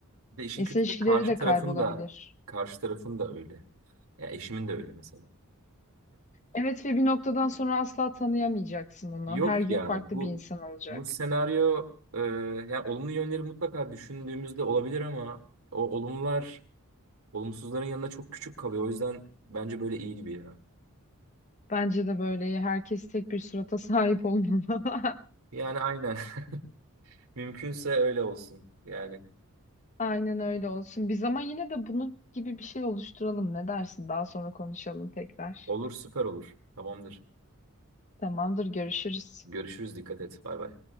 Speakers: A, on the right; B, on the left.
A: Ve işin
B: İnsan
A: kötüsü
B: ilişkileri
A: karşı
B: de
A: tarafın
B: kaybolabilir.
A: da karşı tarafın da öyle. Ya eşimin de öyle mesela.
B: Evet ve bir noktadan sonra asla tanıyamayacaksın onu.
A: Yok
B: Her gün
A: ya
B: farklı
A: bu
B: bir insan olacak.
A: bu senaryo e, yani olumlu yönleri mutlaka düşündüğümüzde olabilir ama o olumlular olumsuzların yanında çok küçük kalıyor. O yüzden bence böyle iyi gibi ya.
B: Bence de böyle herkes tek bir surata sahip olmalı. <laughs>
A: Yani aynen. <laughs> Mümkünse öyle olsun. Yani
B: Aynen öyle olsun. Biz ama yine de bunun gibi bir şey oluşturalım. Ne dersin? Daha sonra konuşalım tekrar.
A: olur süper olur. Tamamdır.
B: Tamamdır, görüşürüz.
A: Görüşürüz. Dikkat et. Bay bay.